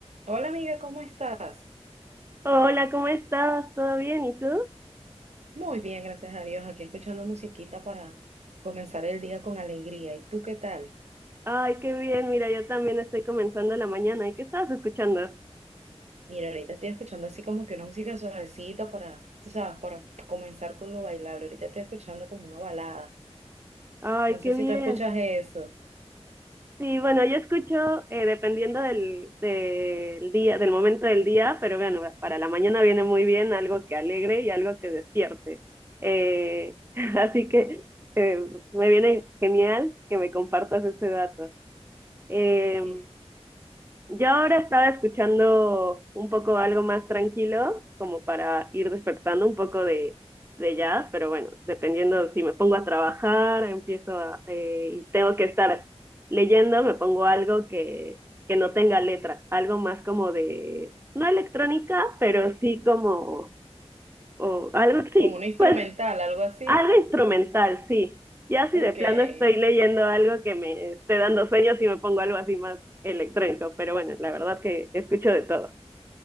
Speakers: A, on the right; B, on the right.
A: Hola amiga, ¿cómo estás?
B: Hola, ¿cómo estás? ¿Todo bien? ¿Y tú?
A: Muy bien, gracias a Dios. Aquí escuchando musiquita para comenzar el día con alegría. ¿Y tú qué tal?
B: Ay, qué bien. Mira, yo también estoy comenzando la mañana. ¿Y qué estabas escuchando?
A: Mira, ahorita estoy escuchando así como que una música suavecita para, tú sabes, para comenzar con lo bailable. Ahorita estoy escuchando como una balada.
B: Ay,
A: No sé
B: qué
A: si
B: bien.
A: tú escuchas eso.
B: Sí, bueno, yo escucho eh, dependiendo del, del día, del momento del día, pero bueno, para la mañana viene muy bien algo que alegre y algo que despierte. Eh, <laughs> así que eh, me viene genial que me compartas ese dato. Em,
A: Sí, sí.
B: Yo ahora estaba escuchando un poco algo más tranquilo, como para ir despertando un poco de, de jazz, pero bueno, dependiendo si me pongo a trabajar, empiezo a, eh, y tengo que estar leyendo, me pongo algo que, que no tenga letra, algo más como de, no electrónica, pero sí como, o algo, sí,
A: Como una instrumental,
B: pues
A: algo así.
B: algo instrumental, sí. Ya si
A: Ok.
B: de plano
A: Ay,
B: estoy leyendo algo que me esté dando sueños y me pongo algo así más electrónico, pero bueno, la verdad que escucho de todo.